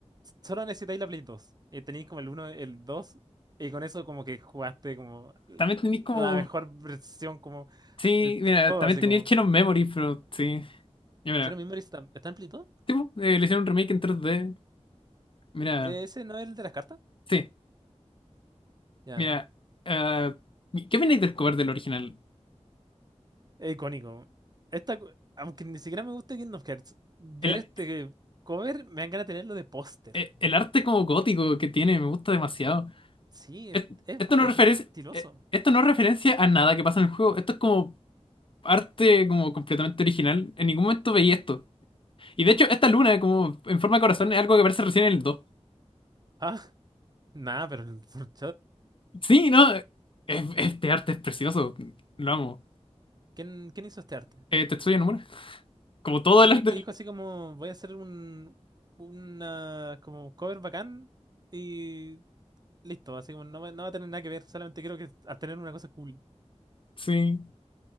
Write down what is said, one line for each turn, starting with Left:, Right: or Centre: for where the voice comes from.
Right: solo necesitáis la Play 2. Eh, tenéis como el uno, el 2 y con eso, como que jugaste como la
Left: también tenéis como.
Right: mejor versión, como
Left: Sí,
Right: de
Left: mira,
Right: todo,
Left: también
Right: así
Left: tenía
Right: como.
Left: el Chain of Memory, pero sí. Ya, mira,
Right: ¿Shadow Memories está, está en Play 2?
Left: tipo, eh, le hicieron un remake en tres d Mira,
Right: ¿Ese no es el de las cartas?
Left: sí,
Right: Ya.
Left: mira. ah, ¿qué opináis del cover del original?
Right: Es icónico. Esta, co- aunque ni siquiera me gusta Kingdom Hearts, ver
Left: El,
Right: este cover me dan ganas de tenerlo de póster.
Left: e- el arte como gótico que tiene me gusta demasiado.
Right: Sí,
Left: Es-
Right: es, es-
Left: Esto no
Right: es
Left: referencia,
Right: muy estiloso.
Left: eh, esto no es referencia a nada que pasa en el juego. Esto es como arte como completamente original. En ningún momento veía esto. Y de hecho, esta luna como en forma de corazón es algo que aparece recién en el dos
Right: Ah, <laughs> nada, pero el Lord
Left: Sí, ¿no? Es- Este arte es precioso. Lo amo.
Right: quién hizo este arte? ¿Quién, quién hizo este arte?
Left: Eh, Tetsuya Nomura. Como todo
Right: ¿Tú
Left: el
Right: crees
Left: arte.
Right: que dijo así como voy a hacer un una como cover bacán y listo? Así como no, va no va a tener nada que ver, solamente quiero que a tener una cosa cool.
Left: Sí.